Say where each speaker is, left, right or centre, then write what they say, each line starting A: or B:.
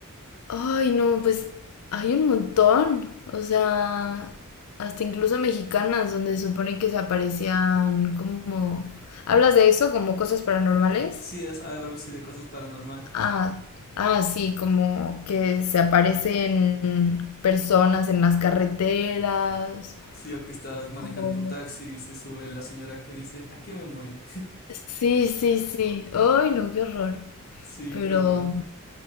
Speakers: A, on the left; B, on the left.
A: Ay, no, pues hay un montón. O sea, hasta incluso mexicanas donde se supone que se aparecían como... ¿Hablas de eso como cosas paranormales?
B: Sí, es algo así de cosas paranormales.
A: Ah, ah, sí, como que se aparecen personas en las carreteras.
B: Sí, o que estás manejando
A: o-
B: tu taxi y se sube la señora que dice, aquí me morí.
A: Sí, sí, sí. Ay, no, qué horror.
B: Sí,
A: Pero
B: qué horror.